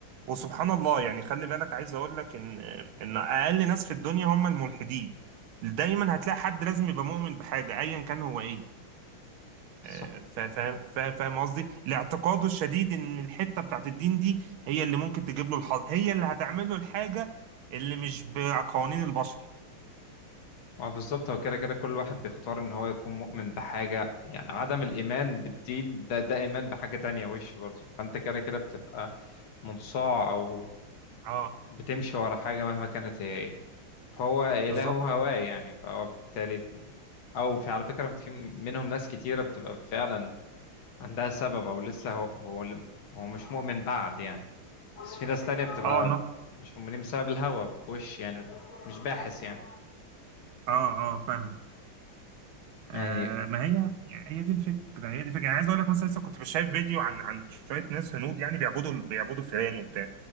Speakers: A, on the right; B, on the left.
A: وسبحان الله يعني خلي بالك عايز اقول لك ان ان اقل ناس في الدنيا هم الملحدين دايما هتلاقي حد لازم يبقى مؤمن بحاجه ايا كان هو ايه
B: صح
A: آه، فا- فاهم فا- فاهم قصدي لاعتقاده الشديد ان الحته بتاعت الدين دي هي اللي ممكن تجيب له الحظ هي اللي هتعمل له الحاجه اللي مش بقوانين البشر
B: ما بالظبط هو كده كده كل واحد بيختار ان هو يكون مؤمن بحاجة يعني عدم الإيمان بالدين ده ده إيمان بحاجة تانية وش برضه فأنت كده كده بتبقى منصاع أو
A: اه
B: بتمشي ورا حاجة مهما كانت هي إيه فهو إله
A: بالظبط
B: هواه يعني فهو بالتالي أو في على فكرة في منهم ناس كتيرة بتبقى فعلا عندها سبب أو لسه هو هو هو مش مؤمن بعد يعني بس في ناس تانية بتبقى
A: اه لا
B: مش مؤمنين بسبب الهوى بوش يعني مش باحث يعني
A: اه اه فاهمه آه
B: يعني
A: ما هي هي دي الفكره هي دي الفكره يعني عايز اقول لك مثلا لسه كنت شايف فيديو عن عن شويه ناس هنود يعني بيعبدوا بيعبدوا فئران وبتاع